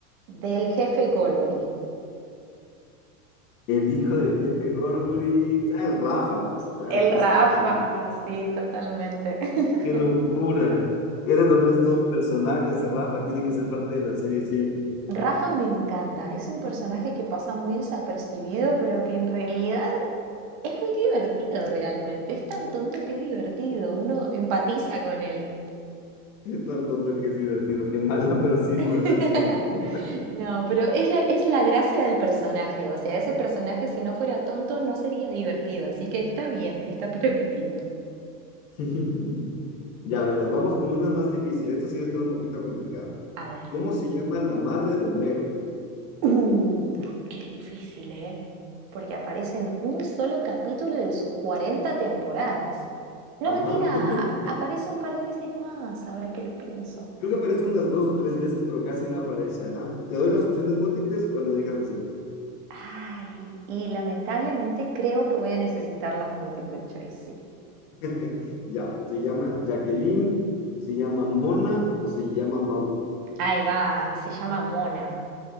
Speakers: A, on the right; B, on the left.
A: del jefe Gorgory?
B: El hijo del jefe Gorgory. Ah, Rafa, pues claro
A: El
B: que
A: Rafa,
B: sí. cómo
A: sí, totalmente. <laughs>
B: <laughs> Qué locura. Ese también es todo un personaje, ese Rafa. Tiene que ser parte de la serie siempre.
A: Rafa me encanta, es un personaje que pasa muy desapercibido, pero que en realidad Es muy divertido realmente, es tan tonto que es divertido, uno empatiza con él.
B: <laughs> Es tan tonto que es divertido, qué mala, pero sí,
A: <laughs>
B: la verdad es cierto.
A: No, pero es la, es la gracia del personaje, o sea, ese personaje si no fuera tonto no sería divertido, así que está bien, está <laughs> permitido.
B: <laughs> Ya verás, vamos con una más difícil. Esta sí va a estar un poquito complicada.
A: A ver.
B: ¿Cómo se llama la madre de Homero?
A: Uh, qué difícil, ¿eh? Porque aparece en un solo capítulo de sus 40 temporadas. No,
B: Ajá.
A: mentira,
B: <laughs>
A: a- aparece un par de veces más, ahora que lo pienso.
B: Creo que aparece unas dos o tres veces, pero casi no aparece. Ajá. ¿Te doy las opciones múltiples o le dejas así?
A: Ay, y lamentablemente creo que voy a necesitar las multiple choice, sí.
B: <laughs> Ya, se llama Jacqueline, se llama Mona o se llama Mauro.
A: Ahí va, se llama Mona.